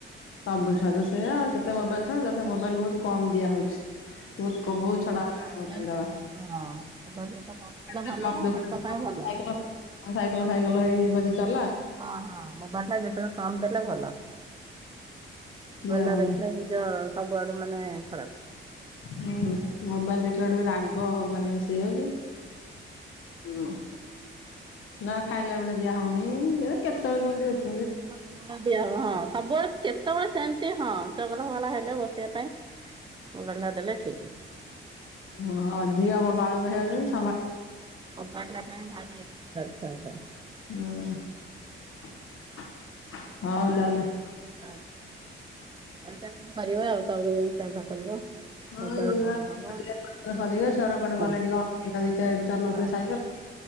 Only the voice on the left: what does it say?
ସବୁ ଛୁଆ ତ ସେଇଆ କେତେ ମୋବାଇଲ୍ <unintelligible> ମୋବାଇଲ୍ ବହୁତ୍ କମ୍ ଦିଆ ହଉଛି।
ବହୁତ ବହୁତ
ଛଡା ହେଲାଣି ମୋବାଇଲ
ଦବା
କେତେ କମ ଦେଖୁଛନ୍ତି
ସାଇକେଲ ସାଇକେଲ ଫାଇକେଲ ହେଇ ପଛେ ଚାଲା।
ଦିଆ ହଉନି
ହୁଁ ମୋବାଇଲ ଦେଖିଲା ବେଳେ ରାଗ ମାନେ ବେଶି ହେଇଯାଉଛି। <unintelligible> ନା ଖାଇଲା ବେଳେ ଦିଆ ହଉନି। ଇଏ କେତେବେଳେ କେମିତି ଟିକିଏ
ହଁ ଅଧିକା <unintelligible> ବାଳୁଙ୍ଗା ହେଉଯାଉଛନ୍ତି।
ହୁଁ <inaudible> ହଉ ତାହେଲେ।
ହଁ
<unintelligible> <inaudible>
ଚଲଉଥିଲେ ସାଇକେଲ।